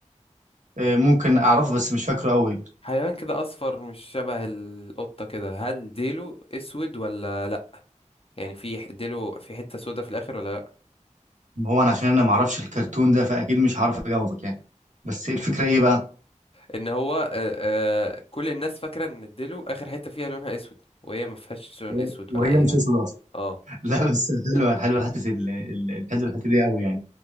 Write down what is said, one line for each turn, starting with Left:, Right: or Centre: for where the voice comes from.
Right: آه، ممكن اعرفه بس مش فاكره قوي
Left: حيوان كده أصفر مش شبه القطة كده هل ديله أسود ولا لأ يعني في ح- ديله في حتة سودا في الآخر ولا لأ
Right: هو انا عشان انا ما اعرفش الكرتون ده فاكيد مش هعرف اجاوبك يعني بس
Left: مم.
Right: الفكره ايه بقى
Left: إن هو آه آه كل الناس فاكرة إن ديله آخر حتة فيها لونها أسود وهي ما فيهاش لون
Right: و-
Left: أسود
Right: وهي
Left: ولا أي
Right: مش
Left: حاجة
Right: اسود اصلا
Left: اه
Right: <laughs> لا بس حلوه حلوه حته ال- ال- الحته الحته دي قوي يعني